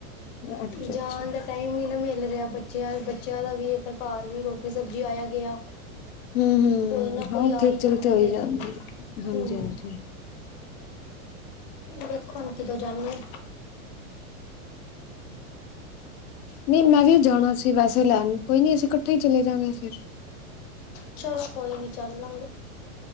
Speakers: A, on the left; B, on the left.
A: ਅੱਛਾ-ਅੱਛਾ
B: ਜਾਣ ਦਾ ਟਾਈਮ ਵੀ ਨਾ ਮਿਲ ਰਿਹਾ ਬੱਚਿਆਂ ਬੱਚਿਆਂ ਦਾ ਵੀ ਸਰਕਾਰ, ਵੀ ਰੋਟੀ ਸਬਜ਼ੀ ਆਇਆ ਗਿਆ
A: ਹੂੰ-ਹੂੰ
B: ਕੋਈ ਨਾ ਕੋਈ
A: ਹਾਂ
B: ਆ
A: ਖੇਚਲ
B: ਹੀ ਜਾਂਦਾ
A: ਤੇ ਹੋਈ
B: ਫਿਰ
A: ਜਾਂਦੀ ਏ ਹਾਂਜੀ-ਹਾਂਜੀ
B: ਹੂੰ। ਵੇਖਣ ਹੁਣ ਕਦੋ ਜਾਣੀ ਏ,
A: ਨਹੀਂ ਮੈਂ ਵੀ ਜਾਣਾ ਸੀ ਵੈਸੇ ਲੈਣ ਕੋਈ ਨੀ ਅਸੀਂ ਇਕੱਠੇ ਚਲੇ ਜਾਗੇ ਫਿਰ
B: ਚਲੋ ਕੋਈ ਨੀ ਚੱਲ ਨੂੰ